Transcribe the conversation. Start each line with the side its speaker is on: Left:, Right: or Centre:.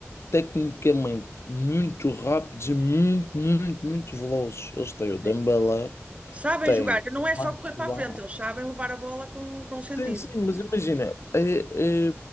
Left: tecnicamente muito rápidos e muito, muito, muito velozes. Eles têm o Dembélé,
Right: Sim. Sabem
Left: têm
Right: jogar, não
Left: o Barcola,
Right: é só correr para a frente, eles sabem levar a bola com, com sentido.
Left: Sim, sim, mas imagina, é,